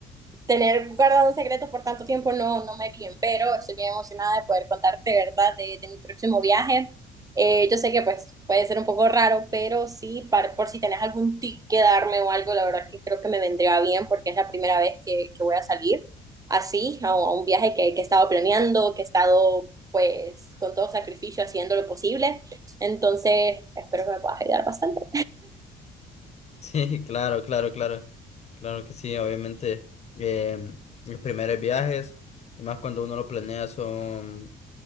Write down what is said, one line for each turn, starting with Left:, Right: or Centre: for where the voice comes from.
Right: tener guardado un secreto por tanto tiempo no, no me bien, pero estoy bien emocionada de poder contarte, ¿verdad?, de, de mi próximo viaje. Eh, yo sé que pues puede ser un poco raro, pero sí, para, por si tenés algún tip que darme o algo, la verdad que creo que me vendría bien porque es la primera vez que, que voy a salir así, a, a un viaje que, que he estado planeando, que he estado pues con todo sacrificio haciendo lo posible. Entonces, espero que me puedas ayudar bastante.
Left: Sí, claro, claro, claro. Claro que sí, obviamente. em, los primeros viajes, y más cuando uno lo planea, son